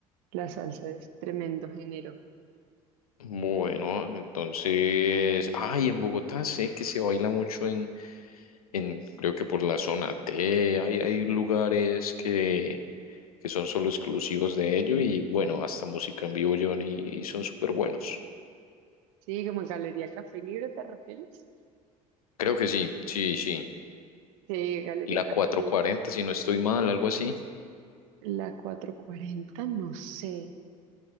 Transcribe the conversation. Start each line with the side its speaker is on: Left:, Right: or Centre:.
Right: la salsa es tremendo género.
Left: Bueno, entonces, ay, en Bogotá sé que se baila mucho en, en creo que por la zona T, hay, hay lugares que, que son solo exclusivos de ello y bueno, hasta música en vivo llevan y, y son súper buenos.
Right: Sí, como en Galería Café Libre, ¿te refieres?
Left: Creo que sí, sí, sí.
Right: Sí, Galería
Left: Y la
Right: Café
Left: cuatrocientos
Right: Libre.
Left: cuarenta si no estoy mal, algo así.
Right: La 440, no sé.